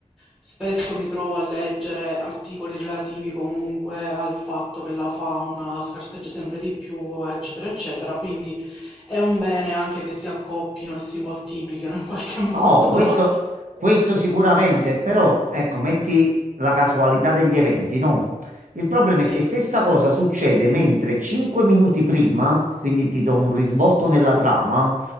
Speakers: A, in the centre; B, on the right.
A: spesso mi trovo a leggere articoli relativi comunque al fatto che la fauna scarseggia sempre di più, eccetera, eccetera. Quindi è un bene anche che si accoppino e si moltiplichino in qualche <laughs> modo.
B: No, questo, questo sicuramente, però ecco, metti la casualità degli eventi, no? Il problema
A: Sì,
B: è che se sta cosa succede mentre 5 minuti prima, quindi ti do un risvolto nella trama,